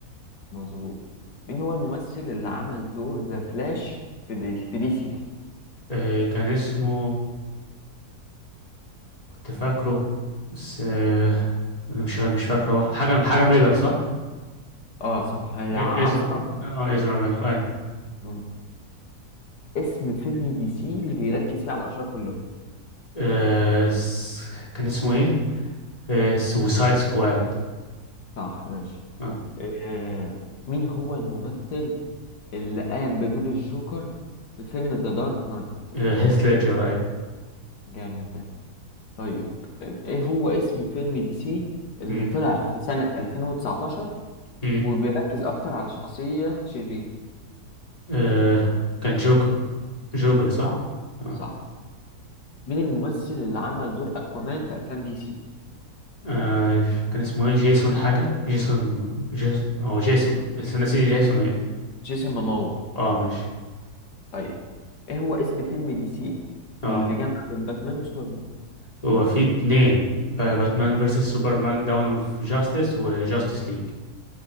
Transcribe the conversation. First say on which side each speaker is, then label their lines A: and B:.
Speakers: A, on the left; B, on the left.
A: مظبوط مين هو الممثل اللي عمل دور ذا فلاش في دي في دي سي
B: آه، كان اسمه كنت فاكره بس آه، مش مش فاكره حاجة حاجة ميلر صح؟
A: اه صح
B: آه،
A: الع-
B: ازرا
A: عذرا
B: اه ازرا ميلر اي
A: مم. اسم فيلم دي سي اللي بيركز فيه على الأشرار كلهم
B: آه، س- كان اسمه ايه؟ آه، سوسايد سكواد
A: صح ماشي
B: اه
A: آه. مين هو الممثل اللي قام بدور الجوكر في فيلم ذا دارك نايت
B: آه، هيث ليدجر اي
A: جامد ده طيب ايه هو اسم فيلم دي سي اللي
B: مم،
A: طلع في سنة 2019
B: مم.
A: وبيركز اكتر على شخصية شريرة
B: آه، كان جوكر جوكر صح؟
A: صح
B: اه
A: صح مين الممثل اللي عمل دور اكوامان في افلام دي سي
B: آه، كان اسمه ايه جيسون حاجة جيسون جيس... او جيسون بس أنا نسيت جيسون ايه
A: جيسون ماموا
B: اه ماشي
A: طيب ايه هو اسم فيلم دي سي
B: اه
A: اللي جمع بين باتمان وسوبرمان
B: هو في اتنين با- باتمان فيرسس سوبرمان داون اوف جاستس وجاستس ليج